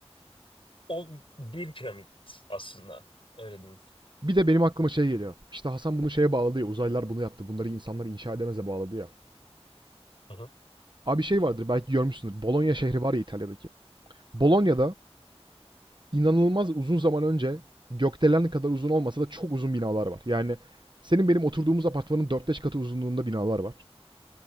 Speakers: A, on the left; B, on the right.
A: o bir piramit aslında öyle diyeyim.
B: Bir de benim aklıma şey geliyor. İşte Hasan bunu şeye bağladı ya. Uzaylılar bunu yaptı. Bunları insanlar inşa edemeze bağladı ya.
A: Hı hı.
B: Abi şey vardır belki görmüşsündür. Bologna şehri var ya İtalya'daki. Bologna'da inanılmaz uzun zaman önce gökdelen kadar uzun olmasa da çok uzun binalar var. Yani senin benim oturduğumuz apartmanın 4-5 katı uzunluğunda binalar var.